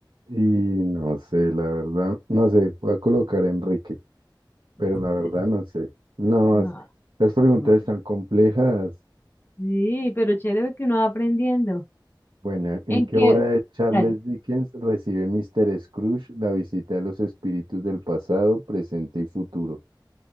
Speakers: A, on the right; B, on the left.
A: Y no sé, la verdad, no sé, voy a colocar a Enrique, pero
B: Entonces,
A: la verdad no sé. No,
B: No,
A: es- las preguntas
B: no,
A: están complejas.
B: Sí, pero chévere que uno va aprendiendo.
A: Bueno, ¿en
B: ¿En
A: qué
B: qué?
A: obra de Charles
B: Dale.
A: Dickens recibe Mr. Scrooge la visita de los espíritus del pasado, presente y futuro?